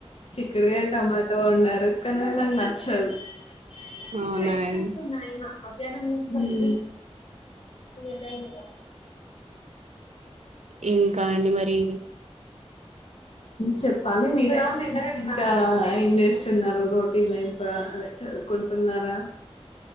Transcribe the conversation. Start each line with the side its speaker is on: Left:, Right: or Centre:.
Left: చిక్కడుగాయ టమాటో ఉండాలి వెల్కనన్న నచ్చదు <unintelligible>
Right: అవునా అండి.
Left: అయినా జనం ముంచుతారు ఊ <unintelligible>
Right: ఇంకా అండి మరి
Left: చెప్పాలి మీరే ఇంకా ఏం చేస్తున్నారు రోటీన్ లైఫ్ అదే చదువుకుంటున్నారా